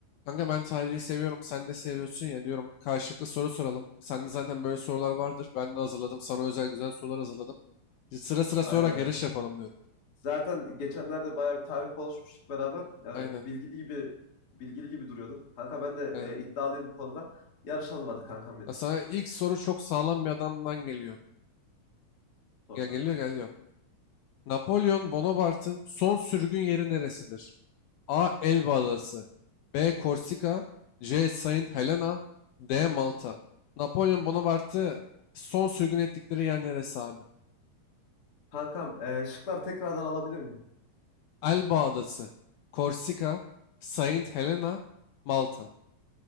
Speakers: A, on the left; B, on the left.
A: Kanka ben tarihi seviyorum. Sen de seviyorsun ya diyorum. Karşılıklı soru soralım. Sende zaten böyle sorular vardır. Ben de hazırladım. Sana özel güzel sorular hazırladım. Sıra sıra
B: Aynen
A: sorarak
B: aynen.
A: yarış yapalım diyorum.
B: Zaten geçenlerde bayağı bir tarih konuşmuştuk beraber. Yani
A: Aynen.
B: bilgili gibi bilgili gibi duruyordun. Kanka ben de
A: Aynen.
B: e, iddialıyım bu konuda. Yarışalım hadi kankam benim.
A: Ya Sana ilk soru çok sağlam bir adamdan geliyor.
B: Sor
A: Ya
B: kankam.
A: geliyor geliyor. Napolyon Bonaparte'ın son sürgün yeri neresidir? A. Elba Adası.
B: Hı hı.
A: B. Korsika. C. Saint Helena. D. Malta. Napolyon Bonaparte'ı son sürgün ettikleri yer neresi abi?
B: Kankam e, şıklar tekrardan alabilir miyim?
A: Elba Adası, Korsika, Saint Helena, Malta.